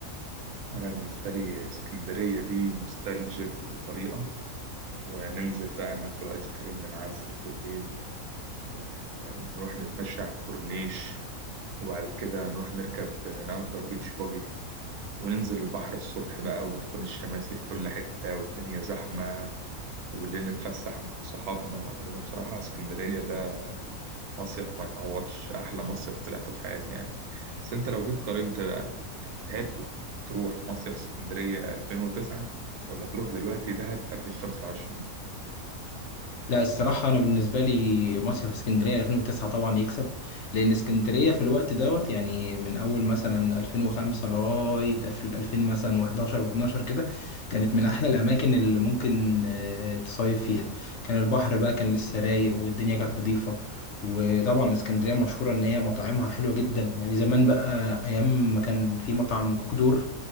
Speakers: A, on the right; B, on the left.
A: أنا بالنسبة لي اسكندرية دي نوستالجيك بطريقة وننزل بقى ناكل آيس كريم من عزة بالليل ونروح نتمشى على الكورنيش وبعد كده نروح نركب نأجر بيتش باجي وننزل البحر الصبح بقى وتكون الشماسي في كل حتة والدنيا زحمة وبالليل نتفسح مع صحابنا وأهلنا بصراحة اسكندرية ده مصيف ما يتعوضش أحلى مصيف طلعته في حياتي يعني بس أنت لو جيت قارنت تحب تروح مصيف اسكندرية 2009 ولا تروح دلوقتي دهب 2025
B: لا الصراحة أنا بالنسبة لي مصيف اسكندرية 2009 طبعا يكسب لأن اسكندرية في الوقت دوت يعني من أول مثلا 2005 لغاية أف- 2000 مثلا و11 و12 كده كانت من أحلى الأماكن اللي ممكن آه، تصيف فيها كان البحر بقى كان لسه رايق والدنيا كانت نظيفة وطبعا اسكندرية مشهورة إن هي مطاعمها حلوة جدا يعني زمان بقى أيام ما كان في مطعم كوكدور